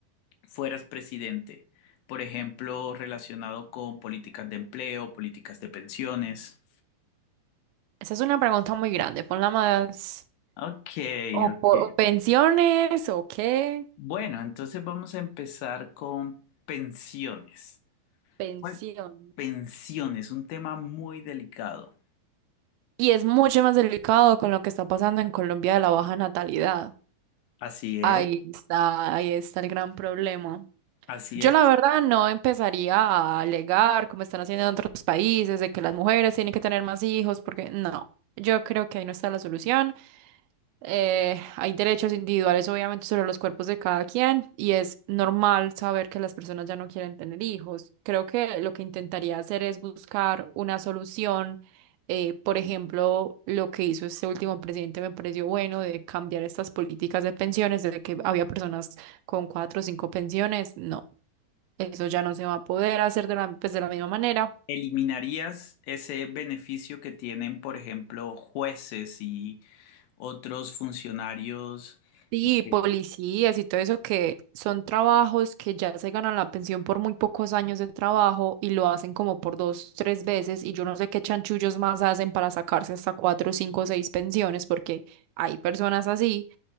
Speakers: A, on the left; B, on the right.
A: fueras presidente, por ejemplo, relacionado con políticas de empleo, políticas de pensiones.
B: Esa es una pregunta muy grande. Ponla más.
A: Ok,
B: O,
A: ok.
B: po- o pensiones o qué.
A: Bueno, entonces vamos a empezar con pensiones.
B: Pensión.
A: Bueno, pensiones, un tema muy delicado.
B: Y es mucho más delicado con lo que está pasando en Colombia de la baja natalidad.
A: Así es,
B: Ahí está, ahí está el gran problema.
A: así
B: Yo
A: es.
B: la verdad no empezaría a alegar como están haciendo en otros países de que las mujeres tienen que tener más hijos porque no, yo creo que ahí no está la solución. eh, hay derechos individuales, obviamente, sobre los cuerpos de cada quien, y es normal saber que las personas ya no quieren tener hijos. Creo que lo que intentaría hacer es buscar una solución. eh, por ejemplo, lo que hizo este último presidente me pareció bueno de cambiar estas políticas de pensiones, desde que había personas con cuatro o cinco pensiones. No, eso ya no se va a poder hacer de la, pues, de la misma manera.
A: ¿Eliminarías ese beneficio que tienen, por ejemplo, jueces y otros funcionarios?
B: Sí, policías
A: Eh,
B: y todo eso que son trabajos que ya se ganan la pensión por muy pocos años de trabajo y lo hacen como por dos, tres veces y yo no sé qué chanchullos más hacen para sacarse hasta cuatro, cinco, seis pensiones porque hay personas así.